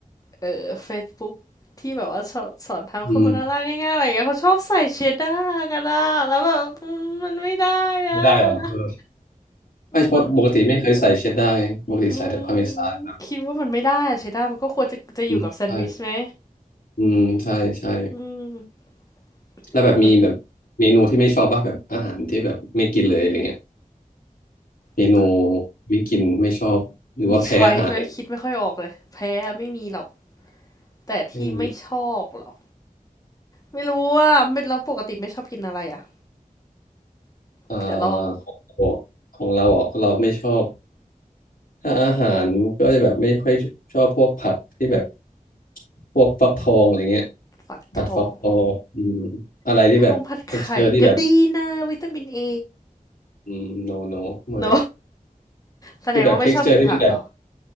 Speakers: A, on the left; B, on the left.
A: เอ่อ Facebook ที่แบบว่าสอนสอนทำคาโบนาร่าง่ายๆอะไรอย่างเงี้ยเขาชอบใส่เชดดาร์กันอะแล้วแบบอืมมันไม่ได้อะ
B: อืมไม่ได้หรอเออไม่เพราะปกติไม่เคยใส่เชดดาร์ไงปกติใส่แต่พาร์เมซานครับ
A: มัน อืม คิดว่ามันไม่ได้อะเชดดาร์มันก็ควรจะจะอยู่กับแซนด์วิชไหม
B: อืมใช่อืมใช่ใช่
A: อืม
B: แล้วแบบมีแบบเมนูที่ไม่ชอบบ้างแบบอาหารที่แบบไม่กินเลยอะไรเงี้ย
A: เออ
B: เมนู
A: นึกก่อน
B: ไม่กินไม่ชอบหรือว่าแพ้อาหารอะไร
A: มีช้อยส์ไหมคิดไม่ค่อยออกเลยแพ้อะไม่มีหรอก แต่ที่ไม่ชอบหรอ
B: ไม่มี
A: ไม่รู้ว่าเป็นเราปกติไม่ชอบกินอะไรอะ่ะ
B: อ่า
A: เผื่อลอก
B: ของของของเราออกเราไม่ชอบถ้าอาหารก็จะแบบไม่ค่อยชอบพวกผักที่แบบพวกฟักทองอะไรเงี้ย
A: ฝักทองหรอ
B: ผัดฟักทองอืมอะไรที่แบบ
A: ฝักทองผัดไข่ก็ดีนะวิตามินเอ
B: texture ทกซ์เจอร์ที่แบบอืม no no ไม่
A: โนแสดงว่าไม่ชอบกินผักหรอ
B: คือแบบ texture ที่มันแบบ